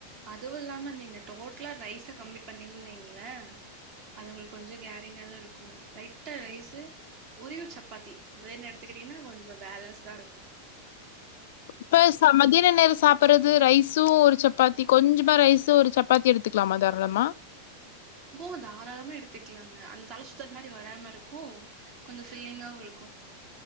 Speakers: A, on the right; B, on the left.
A: அதுவும் இல்லாம நீங்க டோட்டலா ரைஸ கம்மி பண்ணீங்கின்னு வைங்களே அது உங்களுக்கு கொஞ்சம் கேரிங்கா தான் இருக்கும் லைட்டா ரைஸு ஒரே ஒரு சப்பாத்தி வேன்னா எடுத்துக்கிட்டிங்கன்னா கொஞ்சம் பேலன்ஸாடா இருக்கும்
B: இப்ப ச மதியன நேரம் சாப்பறது ரைஸும் ஒரு சப்பாத்தி கொஞ்சமா ரைஸு ஒரு சப்பா சாப்பாத்தி எடுத்துக்கலாமா தா ராளமா
A: ஓ தாராளமா எடுத்துக்கலாங்க அந்த தலை சுத்தல் மாதிரி வராம இருக்கும் கொஞ்சம் ஃபில்லிங்காகவும் இருக்கும்